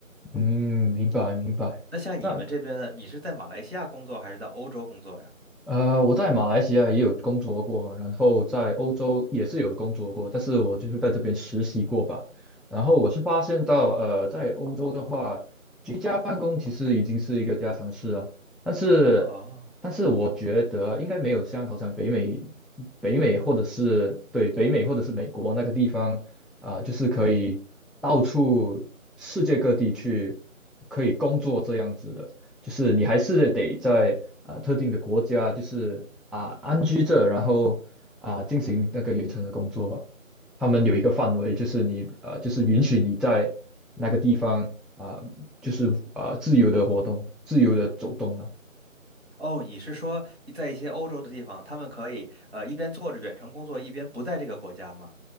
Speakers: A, in the centre; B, on the right.
A: 嗯，明白明白。
B: 那像你们这边呢，
A: 那
B: 你是在马来西亚工作还是在欧洲工作呀？
A: 呃，我在马来西亚也有工作过，然后在欧洲也是有工作过，但是我就是在这边实习过吧。然后我是发现到，呃，在欧洲的话，居家办公其实已经是一个家常事了。但是，
B: 哦。
A: 但是我觉得应该没有像好像北美、北美或者是对北美或者是美国那个地方啊、就是可以到处世界各地去可以工作这样子的。就是你还是得在啊、特定的国家，就是啊、安居着，然后啊、进行那个远程的工作吧。他们有一个范围，就是你啊、就是允许你在那个地方啊、就是啊、自由的活动，自由的走动了。
B: 哦，你是说在一些欧洲的地方，他们可以呃一边做着远程工作，一边不在这个国家吗？